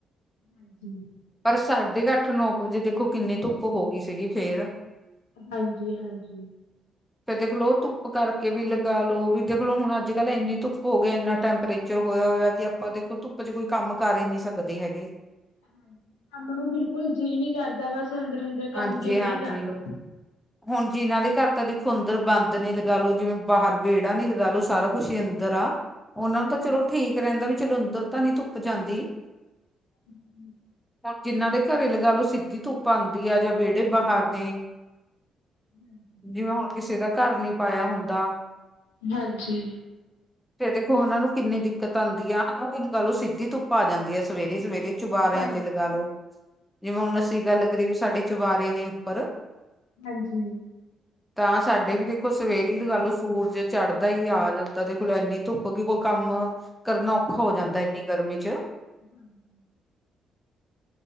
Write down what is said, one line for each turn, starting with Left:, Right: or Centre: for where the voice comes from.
Left: ਹਾਂਜੀ।
Centre: ਪਰ ਸਾਢੇ ਕੁ ਅੱਠ, ਨੌ ਕੁ ਵਜੇ ਦੇਖੋ ਕਿੰਨੀ ਧੁੱਪ ਹੋ ਗਈ ਸੀਗੀ ਫੇਰ
Left: ਹਾਂਜੀ- ਹਾਂਜੀ।
Centre: ਫੇਰ ਦੇਖਲੋ ਧੁੱਪ ਕਰਕੇ ਵੀ ਲਗਾ ਲੋ ਵੀ ਦੇਖਲੋ ਹੁਣ ਅੱਜ ਕੱਲ੍ਹ ਇੰਨੀ ਧੁੱਪ ਹੋ ਗਈ ਇਨਾ ਟੈਂਪਰੇਚਰ ਚਲੋ ਹੋਇਆ- ਹੋਇਆ ਕਿ ਆਪਾਂ ਦੇਖੋ ਧੁੱਪ 'ਚ ' ਕੋਈ ਕੰਮ ਕਰ ਹੀ ਨੀ ਸਕਦੇ ਹੈਗੇ
Left: ਹਾਂਜੀ, ਕੰਮ ਨੂੰ ਬਿਲਕੁੱਲ ਜੀਅ ਨਹੀਂ ਕਰਦਾ ਬਸ ਅੰਦਰ- ਅੰਦਰ
Centre: ਹਾਂਜੀ
Left: ਕੰਮ ਕਿੰਨੇ
Centre: ਹਾਂਜੀ।
Left: ਹੀ ਕਰਲੋ
Centre: ਹੁਣ ਜਿਨਾਂ ਦੇ ਘਰ ਤਾਂ ਦੇਖੋ ਅੰਦਰੋ ਬੰਦ ਨੇ ਲਗਾ ਲੋ, ਜਿਵੇਂ, ਬਾਹਰ ਵਿਹੜਾ ਨੀ ਲਗਾਲੋ ਸਾਰਾ ਕੁਛ ਹੀੰ ਅੰਦਰ ਆ, ਉਹਨਾ ਨੂੰ ਤਾਂ ਚਲੋ
Left: ਹਾਂਜੀ
Centre: ਠੀਕ ਰਹਿੰਦਾ ਵੀ ਚਲੋ ਅੰਦਰੋ ਤਾ ਨਹੀਂ ਧੁੱਪ ਜਾਂਦੀ
Left: <inaudible>
Centre: ਹੁਣ ਜਿੰਨਾ ਦੇ ਘਰੇ ਲਗਾ ਲਓ ਸਿੱਧੀ ਧੁੱਪ ਆਉਂਦੀ ਆ ਜਾਂ ਵਿਹੜੇ ਬਾਹਰ ਨੇ
Left: <inaudible>
Centre: ਜਿਵੇਂ ਹੁਣ ਕਿਸੇ ਦਾ ਘਰ ਨਹੀਂ ਪਾਇਆ ਹੁੰਦਾ
Left: ਹਾਂਜੀ।
Centre: ਫਿਰ ਦੇਖੋ ਉਹਨਾ ਨੂੰ ਕਿੰਨੀ ਦਿੱਕਤ ਆਉਂਦੀ ਆ ਹਨਾ ਵੀ ਲਗਾਲੋ ਸਿੱਧੀ ਧੁੱਪ ਆ ਜਾਂਦੀ ਆ ਸਵੇਰੇ- ਸਵੇਰੇ ਚੁਬਾਰਿਆਂ
Left: ਹਾਂ
Centre: ਤੇ ਲਗਾ ਲੋ, ਜਿਵੇਂ ਹੁਣ ਅਸੀਂ ਗੱਲ ਕਰੀਏ ਵੀ ਸਾਡੇ ਚੁਬਾਰੇ ਨੇ ਉੱਪਰ
Left: ਹਾਂਜੀ।
Centre: ਤਾਂ ਸਾਡੇ ਵੀ ਦੇਖੋ ਦੇਖੋ ਸਵੇਰੀ ਗੱਲ ਸੂਰਜ ਚੜ੍ਹਦਾ ਹੀ ਆ ਜਾਂਦਾ ਦੇਖਲੋ ਇੰਨੀ ਧੁੱਪ ਕੀ ਕੋਈ ਕੰਮ ਕਰਨਾ ਔਖਾ ਹੋ ਜਾਂਦਾ ਏਨੀ ਗਰਮੀ 'ਚ'
Left: ਹਾਂਜੀ ਹ।